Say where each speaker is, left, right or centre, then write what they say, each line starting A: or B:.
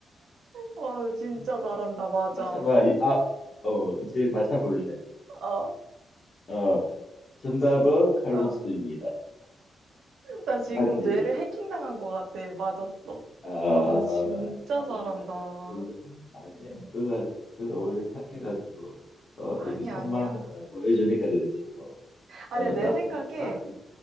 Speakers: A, on the right (about 85°); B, on the left (about 30°).
A: 와, 너 진짜
B: 음,
A: 잘한다. 맞아.
B: 맞춰봐. 이- 아, 어, 이제 맞춰볼래.
A: 어,
B: 어, 정답은 칼국수입니다.
A: 어. 나 지금
B: 맞지?
A: 뇌를 해킹당한 것 같아. 맞았어.
B: 아,
A: 와, 진짜
B: 아니네. 뭐그
A: 잘한다.
B: 정도? 아니야. 너가, 너가 원래 착해가지고, 어,
A: 아니야,
B: 이렇게 속마음을
A: 아니야.
B: 잘 보여주니까 그렇지, 뭐.
A: 아니야,
B: 어,
A: 내
B: 나,
A: 생각에,
B: 나, 나,